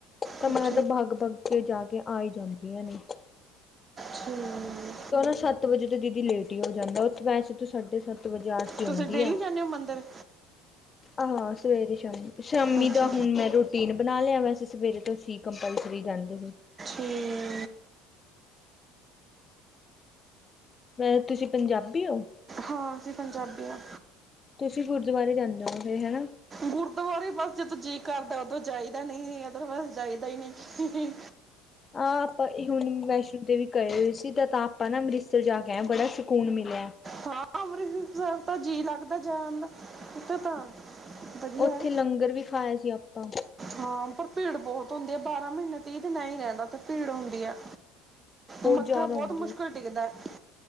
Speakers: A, on the left; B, on the right.
A: ਤਾਂ
B: ਠੀਕ
A: ਮੈਂ ਤਾਂ ਬੱਗ-ਬੱਗ ਕੇ ਜਾ ਕੇ ਆ ਹੀ ਜਾਂਦੀਆਂ ਨੇ,
B: ਹੂੰ,
A: ਤਾਂ ਉਹਨਾਂ ਸੱਤ ਵਜੇ ਤੋਂ ਦੀਦੀ ਲੇਟ ਹੀ ਹੋ ਜਾਂਦਾ, ਉੱਥੇ ਵੈਸੇ ਤੂੰ ਸਾਢੇ ਸੱਤ ਵਜੇ ਆ।
B: ਤੁਸੀਂ
A: ਦੀ
B: ਡੇਲੀ
A: ਹੈ
B: ਜਾਂਦੇ ਹੋ ਮੰਦਰ
A: ਆਹੋ ਸਵੇਰੇ ਸ਼ਾਮ ਸ਼ਾਮੀ
B: ਅੱਛਾ
A: ਦਾ ਹੁਣ ਮੈਂ ਰੋਟੀ, ਪਟੀਨ ਬਣਾ ਲਿਆ, ਵੈਸੇ ਸਵੇਰੇ ਤੋਂਸੀਂ ਕੰਪਲਸਰੀ ਜਾਂਦੇ ਸੀ।
B: ਹੂੰ,
A: ਹੋਰ ਤੁਸੀਂ ਪੰਜਾਬੀ ਹੋ?
B: ਹਾਂ ਅਸੀਂ ਪੰਜਾਬੀ ਆ।
A: ਤੁਸੀਂ ਗੁਰਦੁਆਰੇ ਜਾਂਦੇ ਹੋ ਫਿਰ ਹਨਾ।
B: ਗੁਰਦੁਆਰੇ ਬਸ ਜਦੋਂ ਜੀਅ ਕਰਦਾ, ਉਦੋਂ ਜਾਈਦਾ ਨਹੀਂ ਅਦਰਵਾਈਜ਼ ਜਾਈਦਾ ਹੀ ਨਹੀਂ।
A: ਆਹ ਆਪਾਂ ਹੁਣ ਵੈਸ਼ਨੋ ਦੇਵੀ ਕਰਏ ਹੋਏ ਸੀ, ਤਾਂ ਤਾਂ ਆਪਾਂ ਨਾ ਅੰਮ੍ਰਿਤਸਰ ਜਾ ਕੇ ਆ ਬੜਾ ਸਕੂਨ ਮਿਲਿਆ।
B: ਹਾਂ ਅੰਮ੍ਰਿਤਸਰ ਤਾਂ ਜੀਅ ਲੱਗਦਾ ਜਾਣ ਤਾਂ, ਵਧੀਆ
A: ਉੱਥੇ
B: ਹੈ।
A: ਲੰਗਰ ਵੀ ਖਾਇਆ ਸੀ ਆਪਾਂ,
B: ਹਾਂ ਪਰ ਭੀੜ ਬਹੁਤ ਹੁੰਦੀ ਆ ਬਾਰਾਂ ਮਹੀਨੇ ਤੇਈ ਦਿ ਨਾਲ ਹੀ ਰਹਿੰਦਾ। ਤੇ ਭੀੜ ਹੁੰਦੀ ਹੈ, ਮੱਥਾ
A: ਜ਼ਿਆਦਾ
B: ਬਹੁਤ
A: ਹੁੰਦੀ
B: ਮੁਸ਼ਕਿਲ
A: ਉੱਥੇ
B: ਟਿਕਦਾ। ਹੈ